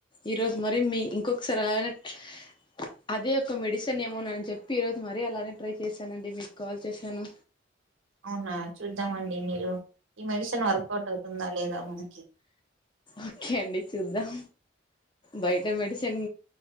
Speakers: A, on the left; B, on the right.
A: ఈరోజు మరి మీ ఇంకొకసారి అలనట్ అదే ఒక మెడిసిన్ ఏమో నని చెప్పి ఈరోజు మరీ అలాగ్ నేన్ ట్రై చేశానండి మీకు కాల్ చేశాను
B: అవునా చూద్దామండి మీరు ఈ మెడిసిన్ వర్కౌట్ అవుత్ ఉంద లేదా మనికి
A: ఓకే అండి చూద్దాం బయట మెడిసిన్